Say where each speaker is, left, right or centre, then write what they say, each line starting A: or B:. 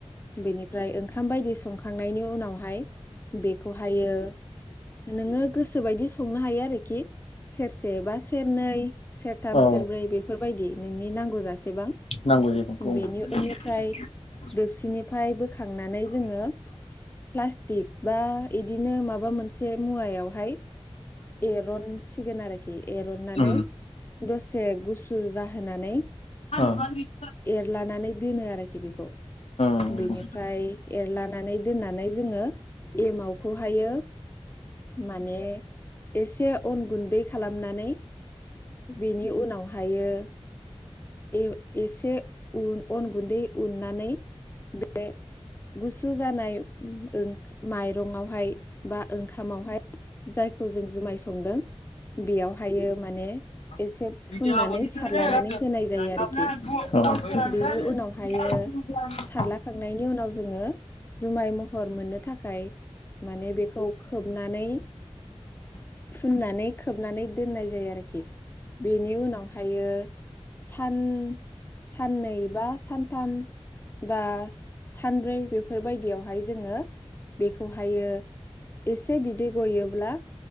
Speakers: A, on the left (about 20°); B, on the left (about 85°).
A: बेनिफ्राय ओंखाम बायदि संखांनायनि उनावहाय बेखौहायो नोङो गोसोबायदि संनो हायो आरोखि सेरसे बा सेरनै नै सेरथाम
B: औ
A: सेरब्रै बेफोर बायदि नोंनि नांगौ जासेबां।
B: नांगौ <unintelligible>
A: बेनि उननिफ्राय दोबसिनिफ्राय बोखांनानै जोङो प्लास्टिक बा इदिनो माबा मोनसे मुवायावहाय एरन सिगोन आरो खि एरननानै
B: औ
A: दसे गुसु सु जाहोनानै
B: औ
A: एरलानानै दोनो आरोखि बेखौ।
B: नंगौ
A: बेनिफ्राय एरलानानै दोननानै जोङो एमावखौहायो माने एसे अन गुन्दै खालामनानै बेनि उनाव हायो ए-एसे उन अन गुन्दै उननानै बे गुसु जानाय ओ माइरंआवहाय बा ओंखामावहाय जायखौ जों जुमाय संदों बेयावहायो मा माने
B: <unintelligible>
A: एसे फुननानै सारलानानै होनाय जायो आरोखि बेनि उनावहायो सारलाखांनायनि उनाव जोङो जुमाय महर मोननो थाखाय माने बेखौ खोबनानै फुननानै खोबना नानै दोननाय जायो आरोखि। बेनि उनावहायो सान साननै बा सानथाम बा सानब्रै बेफोरबायदियावहाय जोङो बेखौहायो एसे बिदै गयोब्ला